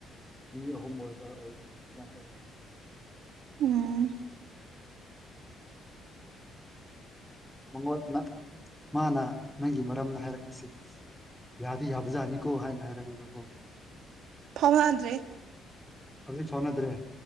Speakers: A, in the centre; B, on the right (about 80°).
A: ꯃꯤ ꯑꯍꯨꯝ ꯑꯣꯢꯕ ꯑꯣꯢ ꯗꯨꯃꯥꯢ ꯇꯧꯏ
B: ꯎꯝ
A: ꯃꯉꯣꯟꯅ ꯃꯥꯅ ꯅꯪꯒꯤ ꯃꯔꯝꯗ ꯍꯥꯢꯔꯛꯁꯤ ꯌꯥꯗꯤ ꯌꯥꯕꯖꯥꯅꯤꯀꯣ ꯍꯥꯢꯅ ꯍꯥꯢꯔꯛꯏꯕꯀꯣ
B: ꯊꯥꯎ ꯍꯥꯟꯗ꯭ꯔꯤ
A: ꯍꯧꯖꯤꯛ ꯐꯥꯎꯅꯗ꯭ꯔꯦ